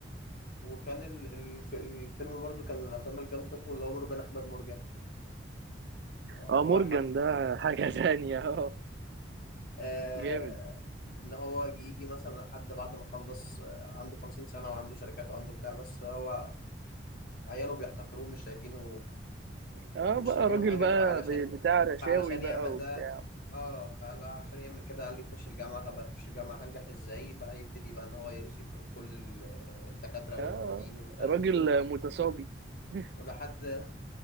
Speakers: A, on the left; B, on the right.
A: وكان ال... ال- الفيلم برضو كان من الأفلام الجامدة بتاعته اللي هو مرجان أحمد مرجان هو
B: اه مورجان
A: حد
B: ده حاجة <laughs> تانية اه
A: آه...
B: جامد
A: إن هو يجي مثلا حد بعد ما خلص آه، عنده خمسين سنة وعنده شركات وعنده بتاع بس هو عياله بيحتقروه مش شايفينه
B: اه
A: مش
B: بقى
A: شايفينه
B: راجل
A: حاجة
B: بقى
A: فعلشان
B: ب- بتاع رشاوي
A: فعلشان
B: بقى
A: يعمل
B: وبتاع
A: ده اه فقال عشان يعمل كده قال لي يخش الجامعه طب هيخش الجامعه هنجح ازاي بقى يبتدي بقى ان هو يرشك كل ال- الدكاتره والمعيدين
B: اه اه
A: ومش عارف
B: راجل
A: ايه
B: متصابي <laughs>
A: لحد <laughs>